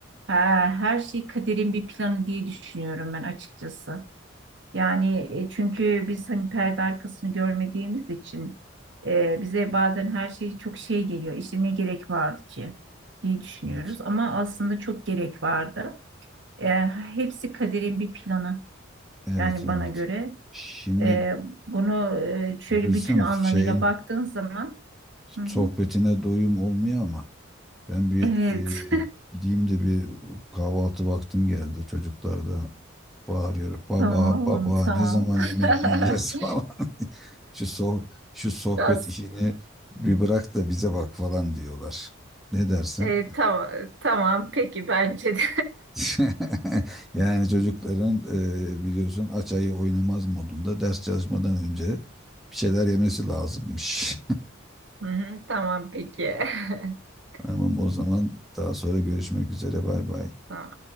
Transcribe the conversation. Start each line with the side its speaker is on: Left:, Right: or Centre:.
Right: Ha, Her şey kaderin bir planı diye düşünüyorum ben açıkçası. Yani e, çünkü biz hani perde arkasını görmediğimiz için e, bize bazen her şey çok şey geliyor. İşte ne gerek vardı ki diye düşünüyoruz.
Centre: Evet.
Right: Ama aslında çok gerek vardı. E, hepsi kaderin bir planı
Centre: Evet
Right: yani
Centre: evet.
Right: bana göre.
Centre: Şimdi
Right: E, bunu e, şöyle
Centre: görürsem
Right: bütün anlamıyla
Centre: şeyin
Right: baktığın zaman hı hı.
Centre: sohbetine doyum olmuyor ama Ben bir
Right: Evet
Centre: e, gideyim de bir kahvaltı vaktim geldi. Çocuklar da bağırıyor.
Right: <laughs>
Centre: Baba,
Right: tamam
Centre: baba
Right: tamam.
Centre: ne zaman
Right: <laughs>
Centre: yemek yiyeceğiz <laughs> falan. Şu soh- şu sohbet
Right: Biraz,
Centre: işini bir bırak da bize bak falan diyorlar. Ne dersin?
Right: e, tamam tamam peki bence de.
Centre: <laughs> Yani çocukların
Right: <laughs>
Centre: e, biliyorsun aç ayı oynamaz modunda ders çalışmadan önce bir şeyler yemesi lazımmış.
Right: Hı hı, tamam peki. <laughs>
Centre: <laughs> Tamam o zaman daha sonra görüşmek üzere. Bay bay.
Right: Tamam.